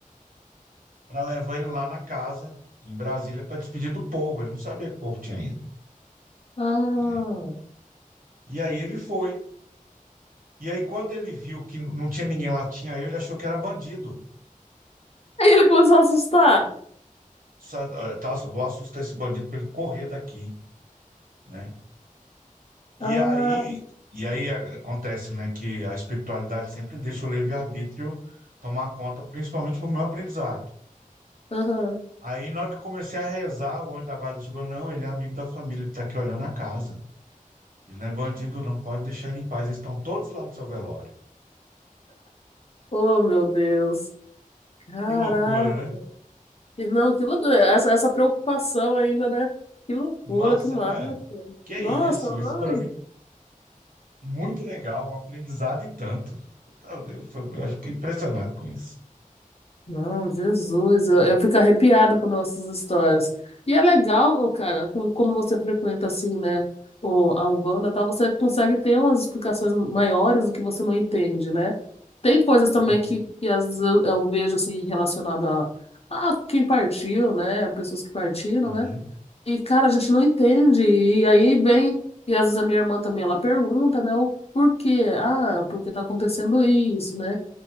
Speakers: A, on the right; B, on the left.
A: para levar ele lá na casa, em Brasília, para despedir do povo. Ele não sabia que o povo tinha ido,
B: Ah.
A: né? E aí ele foi. E aí, quando ele viu que não tinha ninguém lá, tinha eu, ele achou que era bandido.
B: Aí ele começou a assustar.
A: Sa- eh, tá, Vou assustar esse bandido para ele correr daqui, né? E
B: Ah,
A: aí, e aí a- acontece, né, que a espiritualidade sempre deixa o livre-arbítrio tomar conta, principalmente para o meu aprendizado.
B: aham.
A: Aí, na hora que eu comecei a rezar, o anjo da guarda chegou: Não, ele é amigo da família, ele tá aqui olhando a casa. Ele não é bandido, não pode deixar ele em paz. Eles estão todos lá no seu velório.
B: Oh, meu Deus. Caraca.
A: Que loucura, né?
B: E Não, que loucura. Essa, essa preocupação ainda, né? Que loucura,
A: Massa,
B: que massa.
A: não é? Que
B: Nossa,
A: isso, isso
B: mano.
A: para mim, muito legal, um aprendizado e tanto. Então, Eu, foi- eu acho que impressionado com isso.
B: Não, Jesus, eu, eu fico arrepiado com nossas histórias. E é legal, ô, cara, como, como você frequenta assim, né, o, a Umbanda, e tal, você consegue ter umas explicações maiores do que você não entende, né? Tem coisas
A: Uhum,
B: também que, que às vezes eu, eu vejo assim relacionada a, a quem partiu, né, pessoas que partiram,
A: uhum,
B: né? E cara, a gente não entende. E aí vem, e às vezes a minha irmã também, ela pergunta, né, o porquê? Ah, porque tá acontecendo isso, né?